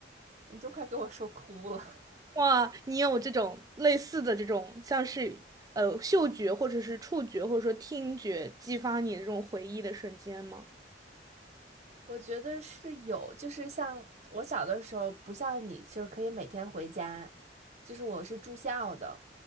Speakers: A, on the right (about 40°); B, on the right (about 20°).
A: 你都快给我说哭了。
B: 哇，你有这种类似的这种，像是呃嗅觉或者是触觉或者说听觉激发你的这种回忆的瞬间吗？
A: <laughs> 我觉得是有，就是像我小的时候，不像你，就是可以每天回家，就是我是住校的。